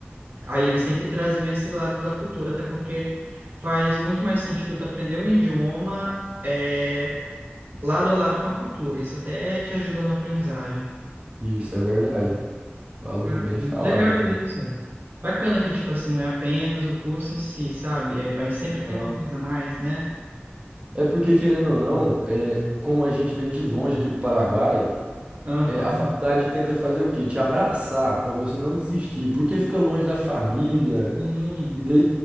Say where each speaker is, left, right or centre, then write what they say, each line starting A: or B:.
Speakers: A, on the right; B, on the right.
A: Aí eles sempre traziam esse lado da cultura, até porque faz muito mais sentido tu aprender um idioma é, lado a lado com a cultura. Isso até te ajuda na aprendizagem.
B: isso é verdade. Falou
A: Ah,
B: bem
A: Muito
B: falado,
A: legal
B: cara.
A: isso. Bacana que, tipo assim, não é apenas o curso em si, sabe? É, mas sempre
B: Não.
A: tem uma coisa a mais, né?
B: É porque, querendo ou não, é, como a gente vem de longe aqui pro Paraguai,
A: Aham.
B: é, a faculdade tenta fazer o quê? Te abraçar, pra você não desistir, porque fica longe da família,
A: Sim,
B: e daí